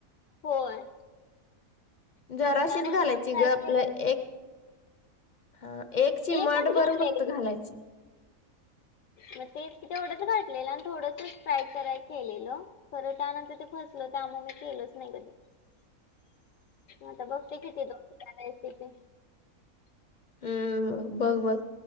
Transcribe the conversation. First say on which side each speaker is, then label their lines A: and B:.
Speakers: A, on the left (about 70°); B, on the left (about 45°).
A: होय.
B: जराशीच
A: त्यानंतर
B: घालायची
A: मग फ्राय
B: ग
A: केलं
B: आपलं एक. हा एक चि
A: एकच
B: मठ
A: घेतलेली
B: बर फक्त घालायची.
A: मग तेच क तेवढंच घाठलेलं आणि थोडसच ट्राय कराय केलेलं. खरं त्यानंतर ते फसलं त्यामुळे मी केलंच नाही कधी.
B: ह <unintelligible>
A: आता बघते किती दो रेसिपी.
B: हम्म बघ बघ